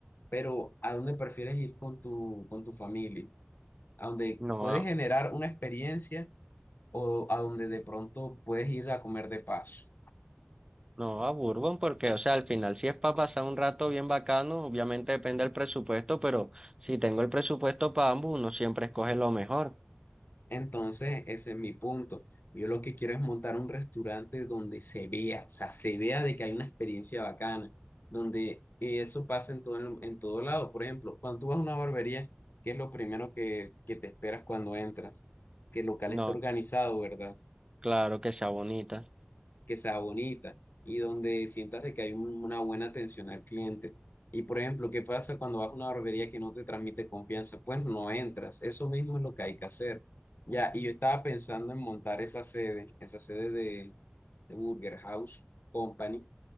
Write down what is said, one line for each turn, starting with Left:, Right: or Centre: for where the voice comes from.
Left: Pero ¿a dónde prefieres ir con tu, con tu familia? ¿A dónde
Right: No
Left: puedes
Right: a,
Left: generar una experiencia o a donde de pronto puedes ir a comer de paso?
Right: no a Bourbon porque, o sea, al final si es para pasar un rato bien bacano, obviamente depende del presupuesto, pero si tengo el presupuesto para ambos, uno siempre escoge lo mejor.
Left: Entonces, ese es mi punto. Yo lo que quiero es montar un restaurante donde se vea, o sea, se vea de que hay una experiencia bacana, donde eso pasa en todo, el- en todo lado. Por ejemplo, cuando tú vas a una barbería, ¿qué es lo primero que, que te esperas cuando entras? Que el local
Right: No,
Left: esté organizado, ¿verdad?
Right: claro que sea bonita.
Left: que sea bonita y donde sientas de que hay un- una buena atención al cliente. Y por ejemplo, ¿qué pasa cuando vas a una barbería que no te transmite confianza? Pues no entras. Eso mismo es lo que hay que hacer. Ya, y yo estaba pensando en montar esa sede, esa sede de, de Burger House Company